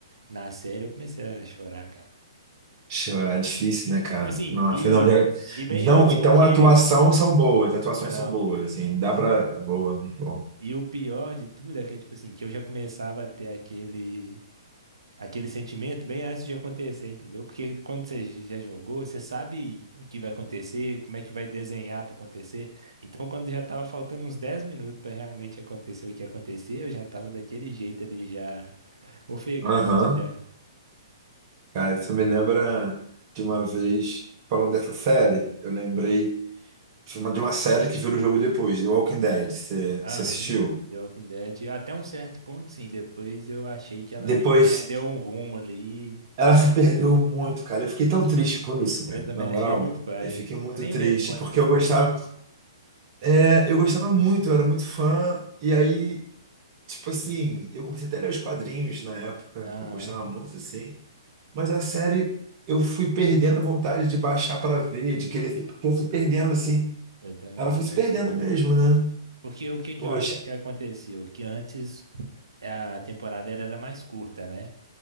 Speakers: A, on the right; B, on the right.
A: na série, eu comecei a chorar, cara.
B: Chorar é difícil, né, cara?
A: Tipo assim,
B: Nossa,
A: e,
B: não, já...
A: e bem
B: não,
A: antes,
B: então
A: porque.
B: a atuação são boas, as atuações
A: Então,
B: são boas, assim, dá pra. Boa, muito bom.
A: e o pior de tudo é que, é, tipo assim, que eu já começava a ter aquele. aquele sentimento bem antes de acontecer, entendeu? Porque quando você já jogou, você sabe o que vai acontecer, como é que vai desenhar para acontecer. Então, quando já tava faltando uns 10 minutos para realmente acontecer o que aconteceu, eu já tava daquele jeito ali, já ofegante,
B: Aham,
A: já.
B: Cara, isso me lembra de uma vez, falando dessa série, eu lembrei de uma de uma série que virou jogo depois, The Walking Dead, você
A: Aham.
B: você assistiu?
A: The Walking Dead, até um certo ponto, sim. Depois eu achei que ela
B: Depois,
A: meio que perdeu um rumo ali.
B: ela se perdeu muito, cara, eu fiquei tão triste com isso,
A: Eu
B: velho,
A: também
B: na moral.
A: achei muito pai.
B: Eu fiquei muito
A: Eu nem
B: triste,
A: lembro quanto
B: porque
A: que eu
B: eu
A: abandonei.
B: gostava, é, eu gostava muito, eu era muito fã, e aí. Tipo assim, eu comecei até a ler os quadrinhos na época,
A: Aham,
B: eu gostava muito assim, mas a série eu fui perdendo a vontade de baixar para ver, de querer, porque eu fui perdendo assim.
A: eu também
B: Ela
A: fui
B: foi se
A: desse
B: perdendo
A: jeito.
B: mesmo, né?
A: Porque o que que
B: Poxa.
A: eu acho que aconteceu? Que antes a temporada era, era mais curta, né?